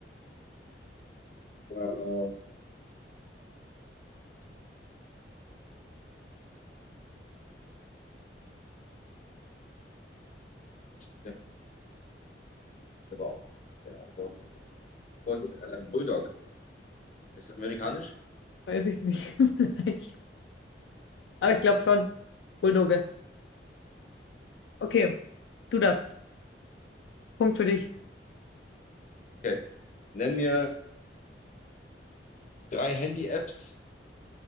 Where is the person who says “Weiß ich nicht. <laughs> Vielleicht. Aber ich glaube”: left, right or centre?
Left